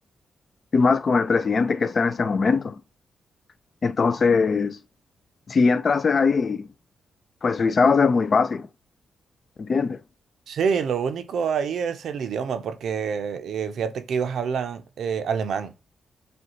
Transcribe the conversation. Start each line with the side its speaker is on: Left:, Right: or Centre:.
Left: y más con el presidente que está en este momento. Entonces, si entrases ahí, pues Suiza va a ser muy fácil, ¿entiendes?
Right: Sí, lo único ahí es el idioma, porque eh, fíjate que ellos hablan eh, alemán.